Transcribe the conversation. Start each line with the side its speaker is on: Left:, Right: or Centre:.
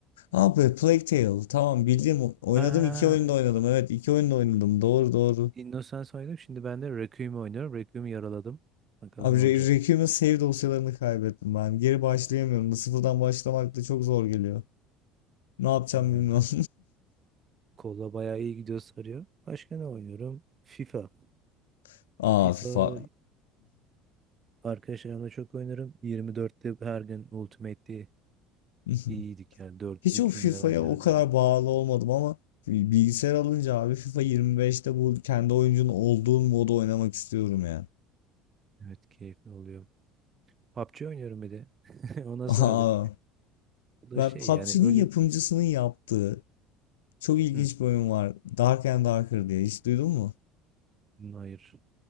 Left: Abi Plague Tale. Tamam bildiğim o- oynadım
Right: Aa,
Left: iki oyunda oynadım. Evet iki oyunda oynadım. Doğru doğru.
Right: Innocence oynadım. Şimdi ben de Requiem'i oynuyorum. Requiem'i yaraladım. Bakalım
Left: Abi
Right: ne olacak.
Left: Re- Requiem'in save dosyalarını kaybettim ben. Geri başlayamıyorum. Bu sıfırdan başlamak da çok zor geliyor. Ne yapacağım
Right: Tamamdır.
Left: bilmiyorum.
Right: Kolla bayağı iyi gidiyor sarıyor. Başka ne oynuyorum? FIFA.
Left: <laughs> Aa
Right: FIFA
Left: FIFA.
Right: arkadaşlarımla çok oynarım. 24'te her gün Ultimate'de
Left: <laughs>
Right: iyiydik yani 4.
Left: Hiç
Right: üçüncü
Left: o FIFA'ya
Right: levellerdeydim.
Left: o kadar bağlı olmadım ama bilgisayar alınca abi FIFA 25'te bu kendi oyuncunun olduğun modu oynamak istiyorum ya.
Right: Evet keyifli oluyor. PUBG oynuyorum bir de. <laughs> Ona
Left: <laughs>
Right: sardık.
Left: Aa,
Right: Bu da
Left: ben
Right: şey
Left: PUBG'nin
Right: yani ölü...
Left: yapımcısının yaptığı çok ilginç
Right: Hı,
Left: bir oyun var. Dark and Darker diye hiç duydun mu?
Right: hayır.